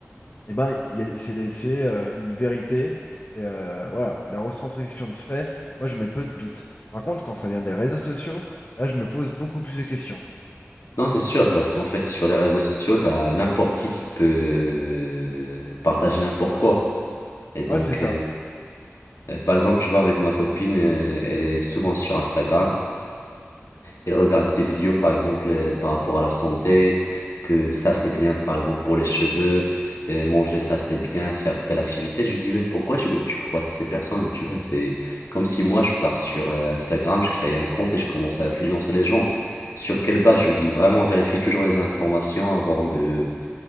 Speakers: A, on the left; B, on the left.
A: eh ben, il y a- c'est laissé euh, une vérité. C'est euh, voilà, la retranscription de faits. Moi, je mets peu de doute. Par contre, quand ça vient des réseaux sociaux, là, je me pose beaucoup plus de questions.
B: Non, c'est sûr, parce qu'en fait, sur les réseaux sociaux, t'as n'importe qui qui peut euh, partager n'importe quoi. Et donc,
A: Ouais, c'est ça.
B: euh, euh, par exemple, tu vois, avec ma copine, euh, elle est souvent sur Instagram ils regardent des vidéos, par exemple, euh, par rapport à la santé, que ça, c'est bien, par exemple, pour les cheveux, euh, manger ça, c'est bien, faire telle activité. Je lui dis, mais pourquoi tu, tu crois à ces personnes? Tu vois, c'est comme si moi, je pars sur euh, Instagram, je crée un compte et je commence à influencer les gens. Sur quelle base? Je lui dis, vraiment, vérifier toujours les informations avant de